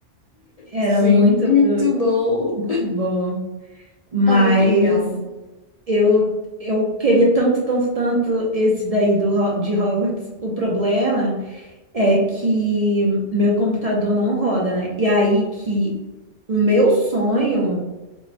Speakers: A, on the right; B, on the left.
A: era
B: Sim,
A: muito,
B: muito bom.
A: muito bom. Mas
B: Ai, que legal.
A: eu, eu queria tanto, tanto, tanto esse daí do, Ho- de Hogwarts. O problema é que meu computador não roda, né? E aí que o meu sonho